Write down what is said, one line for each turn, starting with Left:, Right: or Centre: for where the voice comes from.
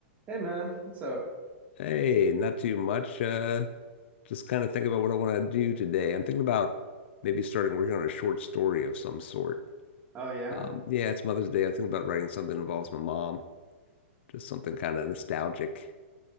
Right: Hey man, what's up?
Left: Hey, not too much. Uh, just kind of thinking about what I want to do today. I'm thinking about maybe starting working on a short story of some sort.
Right: Oh yeah?
Left: Um, yeah, it's Mother's Day. I think about writing something that involves my mom, just something kind of nostalgic